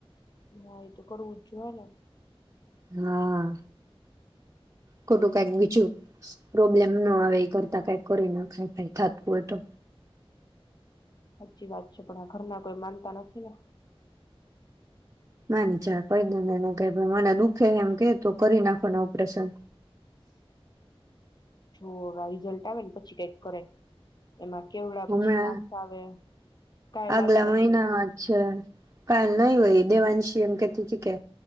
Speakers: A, on the left; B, on the right.
A: હ એ તો કરવું જ જોવાના
B: હા. ખોટું કઈક બીજું પ્રોબ્લેમ ના આવે એ કરતા કઈક કરી નાખાય કઈ થતું હો તો.
A: સાચી વાત છે પણ આ ઘરના કોઈ માનતા નથી ને.
B: માની ચા કઈ દ ન ક મને દુઃખે એમ કે ત કરી નાખોને ઓપરેશન.
A: જો આ રીઝલ્ટ આવે ને પછી કઈક કરાય. એમાં કેવડા
B: હમણાં
A: પછી માખ આવે કઈ
B: આગલા
A: લાગી જાય
B: મહિનામાં જ છે કાલ નહી હોય, દેવાંશિ એમ કેહતી તી કે